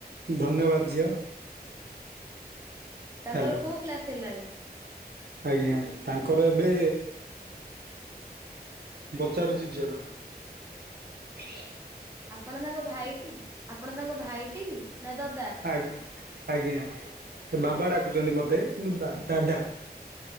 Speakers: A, on the right; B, on the right.
A: ଧନ୍ୟବାଦ ଝିଅ।
B: ତାଙ୍କର
A: ହ୍ୟାଲୋ
B: କୋଉ କ୍ଲାସ୍ ହେଲାଣି?
A: ଆଜ୍ଞା ତାଙ୍କର ଏବେ ପଚାରୁଛି ଝିଅକୁ ଥ୍ରୀ।
B: ଆପଣ ତାଙ୍କ ଭାଇଟି ଆପଣ ତାଙ୍କ ଭାଇଟି ନା ଦଦା?
A: ଆ ଆଜ୍ଞା ବାବା ଡାକୁଛନ୍ତି ମତେ କିନ୍ତୁ ଦା ଦାଦା।